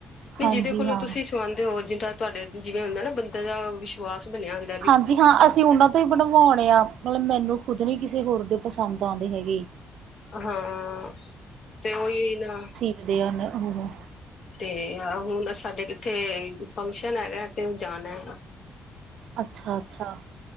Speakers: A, on the left; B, on the right.
A: ਤੇ
B: ਹਾਂਜੀ
A: ਜਿਦੇ ਕੋਲੋਂ
B: ਹਾਂ
A: ਤੁਸੀਂ ਸਵਾੰਦੇ ਹੋ ਜਿਦਾ ਤੁਹਾਡੇ ਜਿਵੇਂ ਹੁੰਦਾ ਨਾ ਬੰਦੇ ਦਾ ਵਿਸ਼ਵਾਸ ਬਣਿਆ ਹੁੰਦ
B: ਹਾਂਜੀ ਹਾਂ, ਅਸੀਂ ਉਨਾਂ ਤੋਂ ਹੀ ਬਣਵੋਣੇ ਆ। ਮਤਲਬ ਮੈਨੂੰ ਖੁਦ ਨੀ ਕਿਸੇ ਹੋਰ ਦੇ ਪਸੰਦ ਆਂਦੇ ਹੈਗੇ।
A: ਹਾਂ, ਤੇ ਓਈਓ ਨਾ।
B: ਇਹ ਦੇਆਣ ਉਹੂ
A: ਤੇ ਹਾਂ ਹੁਣ ਆ ਸਾਡੇ ਕਿੱਥੇ ਫੰਕਸ਼ਨ ਹੈਗੈ ਤੇ ਓਹ ਜਾਣੈ।
B: ਅੱਛਾ ਅੱਛਾ,